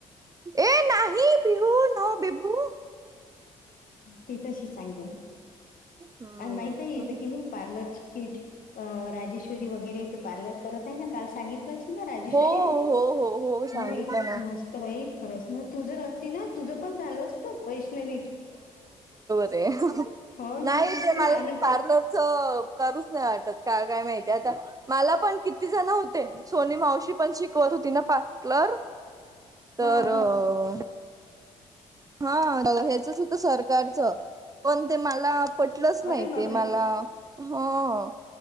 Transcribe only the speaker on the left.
ती तशी सांगे मग
अ माहत आहे येत कि मी. पार्लर ची किट राजेश्वरी वगैरेथे पार्लर परत आहे ना काल सांगित. राजेश्वरी
ना
ह
इतक
मस्त भाई खरच ना तू जर अस त ना तुझं पण झाल असत वैष्णवी.
हो ना
तू
आली
हा
हा
अरे बापरे